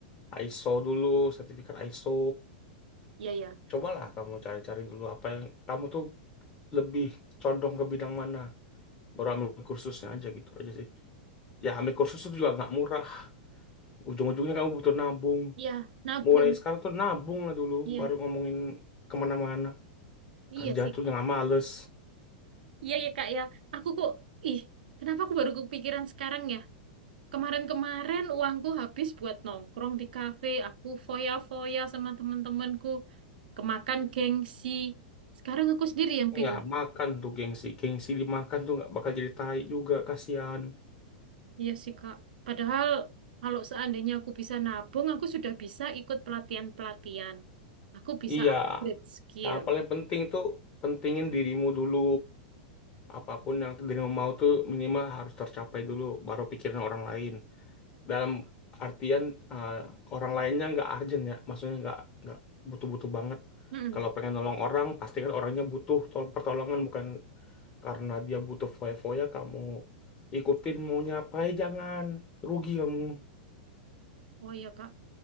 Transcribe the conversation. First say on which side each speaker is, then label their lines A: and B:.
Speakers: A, on the left; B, on the right.
A: ISO dulu, sertifikat ISO.
B: ya ya.
A: Cobalah kamu cari-cari dulu apa yang kamu tuh lebih condong ke bidang mana. Baru ambil kursusnya aja gitu aja sih. Ya ambil kursus itu juga nggak murah. Ujung-ujungnya kamu butuh nabung.
B: Iya, nabung.
A: Mulai sekarang tuh nabung lah dulu,
B: Iya.
A: baru ngomongin kemana-mana.
B: Iya
A: Kerja
B: sih
A: tuh
B: Kak.
A: jangan males.
B: Iya ya Kak ya. Aku kok ih, kenapa aku baru kepikiran sekarang ya? Kemarin-kemarin uangku habis buat nongkrong di kafe, aku foya-foya sama temen-temenku, kemakan gengsi. Sekarang aku sendiri yang bingung.
A: Ya makan tuh gengsi, gengsi dimakan tuh nggak bakal jadi tai juga, kasihan.
B: Iya sih, Kak. Padahal kalau seandainya aku bisa nabung, aku sudah bisa ikut pelatihan-pelatihan. Aku bisa
A: Iya,
B: upgrade skill.
A: yang paling penting tuh pentingin dirimu dulu. apapun yang diri mau tuh minimal harus tercapai dulu baru pikirin orang lain dalam artian eh, orang lainnya nggak urgent ya maksudnya nggak nggak butuh-butuh banget
B: Mm-mm.
A: kalau pengen nolong orang pastikan orangnya butuh tol- pertolongan bukan karena dia butuh foya-foya kamu ikutin maunya apa eh, jangan rugi kamu
B: Oh iya, Kak.